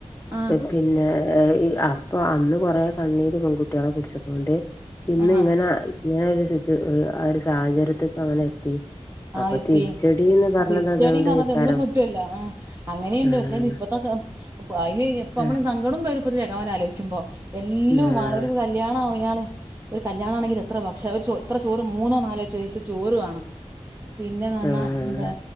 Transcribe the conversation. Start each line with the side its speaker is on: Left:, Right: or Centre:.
Right: ആഹ്
Left: പിന്നെ അപ്പൊ അന്ന് കൊറ കണ്ണീര് പെൺകുട്ടി കുട്ടികളെ കുടിച്ചപ്പോണ്ട് ഇന്ന്
Right: ആഹ്
Left: ഇങ്ങനെ ഇങ്ങനെ ഒരു ആ ഒരു സാഹചര്യത്തിക്ക അങ്ങനെ എത്തി
Right: ആഹ്
Left: അപ്പൊ
Right: എത്തി
Left: തിരിച്ചടീന്ന് പറഞ്ഞത്
Right: അ തിരിച്ചയടി
Left: അതുകൊണ്ടേക്കാരം
Right: പറഞ്ഞത എന്തും കിട്ടുവല്ലോ ആഹ അങ്ങനെയുണ്ട്
Left: ആഹ്
Right: പക്ഷെ ഇപ്പത്തെ അതിന് ഇപ്പ നമ്മള്
Left: ആഹ്
Right: സങ്കടം ഇ ചമാര ആലോചിക്കുമ്പോ എല്ലും
Left: ആഹ്
Right: ആ കല്യാണ മലയാളം ഒരു കല്യാണ ആണെങ്കിൽ എത്ര ഭക്ഷ എത്ര ചോറ് മൂന്നോ നാലോ ചോറ് കാണണം പിന്നെ
Left: ആഹ്
Right: നാ എന്ത